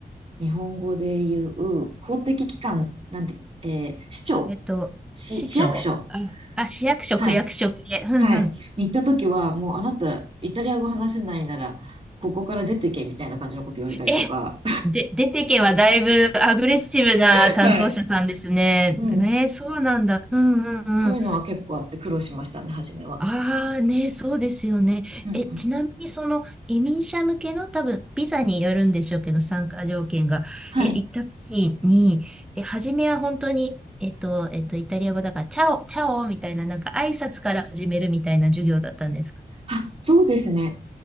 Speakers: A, on the right; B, in the centre.
A: 日本語で言う、公的機関、なんて、えー市庁、
B: えっと、
A: 市、
B: 市長あ、
A: 市役所、
B: あ、市役所、
A: はい、
B: 区役所系。うんうん
A: はい。に行った時は、もうあなた、イタリア語話せないなら、ここから出てけみたいな感じのこと言われたりとか、
B: え、で、出てけはだいぶアグレッシブな担当者さんですね。
A: <laughs> はい。うん。
B: ね、そうなんだ。うんうんうん。
A: そういうのは結構あって苦労しましたね、初めは。
B: ああ、ね、そうですよね。
A: うんうん。
B: え、ちなみにその移民者向けの多分ビザによるんでしょうけど、参加条件が。
A: はい。
B: え、行った時に、え、初めは本当に、えっと、えっと、イタリア語だから、チャオ、チャオみたいな、なんか挨拶から始めるみたいな授業だったんですか
A: あ、そうですね。